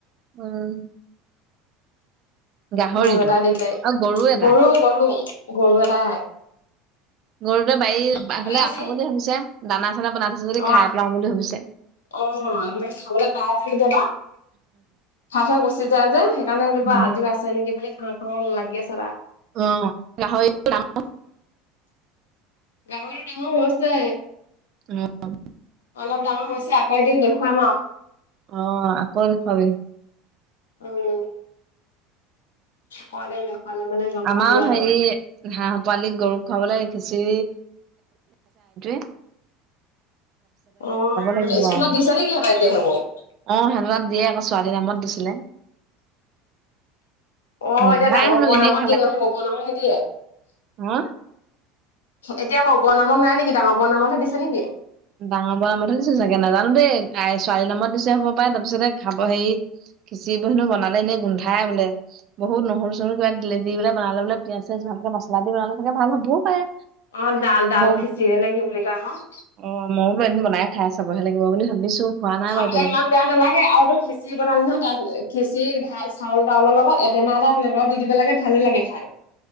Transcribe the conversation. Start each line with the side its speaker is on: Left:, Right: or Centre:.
Right: উম গাহৰিটো
Left: গৰু এটা দিগদাৰি
Right: আৰু এটা
Left: গৰু গৰু গৰু এটাই
Right: গৰুতে বাৰীলে
Left: আহো আহো কৈ আছে
Right: আহো বুলি ভাবিছে দানা চানা বনাই থৈছো যদি
Left: অ
Right: খাই পেলাও বুলি ভাবিছে।
Left: অ আমাৰ ইয়াত খাবলে পাই যে কেতিয়াবা। খাই থৈ গুচি যায় যে সেইকাৰণে কিবা
Right: উম
Left: আজিও আছে নেকি বুলি খাওঁ খাওঁ লাগি আছে তাৰ
Right: অ <unintelligible>
Left: গাহৰি ডাঙৰ হৈছে
Right: উম
Left: অলপ ডাঙৰ হৈছে আকৌ এদিন দেখুৱাম
Right: অ আকৌ দেখুৱাবি
Left: আৰু উম কই তে দেখালে মানে গম
Right: আমাৰ
Left: পাবি আৰু
Right: হেৰি হাঁহ পোৱালি গৰুক খুৱাবলৈ শিকিছি <unintelligible>
Left: অ
Right: লাগিব
Left: স্কুলত
Right: আৰু
Left: দিছে নেকি চৰকাৰে এতিয়া সেই বোৰ?
Right: অ সেনুৱাত দিয়ে আকৌ ছোৱালীৰ নামত দিছিলে
Left: অ
Right: গোন্ধাই
Left: এতিয়া ডাঙৰ
Right: হেনো
Left: বোৰৰ
Right: এনেই
Left: নামত দিয়ে মানে সৰু বৰ নামত নিদিয়ে
Right: হম
Left: এতিয়া সৰু বোৰ নামত নাই নেকি ডাঙৰ বোৰ নামতহে দিছে নেকি?
Right: ডাঙৰ বোৰৰ নামতহে দিছে চাগে নাজানো দেই আ ছোৱালীৰ নামত দিছে হ'ব পাই তাৰপিছতে খাব হেৰি খিচিৰি বোৰ বনালে এনেই গোন্ধাই বোলে বহুত নহৰু চহৰু কিবা কিবি দি পেলাই বনালে বলে পিয়াজ চিয়াজ ভালকে মচলা দি বনালে চাগে ভাল হ'বও পাৰে।
Left: অ ডাল ডাল
Right: মই
Left: খিচিৰি নেকি বুলি কয় আকৌ
Right: অ মইও বলো এদিন বনাই খাই চাবহে লাগিব বুলি ভাবিছো খোৱা নাই
Left: খাবলৈ
Right: বাৰু এতিয়ালৈকে
Left: ইমান বেয়া নালাগে আৰু তো খিচিৰি বনালে নহয় তাত খিচিৰি ভাত চাউল তাউলৰ লগত এটেমাহ এটা তেনেকাও দি দিব লাগে ভালে লাগে খাই